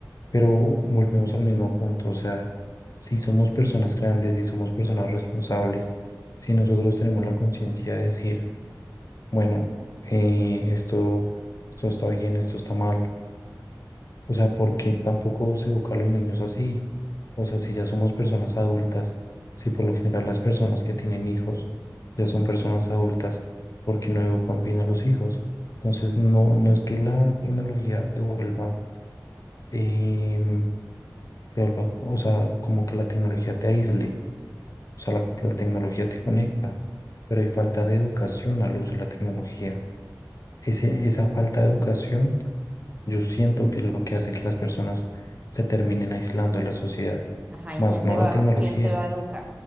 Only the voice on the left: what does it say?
pero volvemos al mismo punto, o sea, si somos personas grandes, si somos personas responsables, si nosotros tenemos la conciencia de decir, bueno, eh, esto, esto está bien, esto está mal, o sea, ¿por qué tampoco se educa a los niños así? O sea, si ya somos personas adultas, si por lo general las personas que tienen hijos ya son personas adultas, ¿por qué no educan bien a los hijos? Entonces, no, no es que la tecnología te vuelva, em, te vuelva, o sea, como que la tecnología te aísle, o sea, la, la tecnología te conecta, pero hay falta de educación al uso de la tecnología. Ese- esa falta de educación yo siento que es lo que hace que las personas se terminen aislando de la sociedad,
más
no la
tecnología.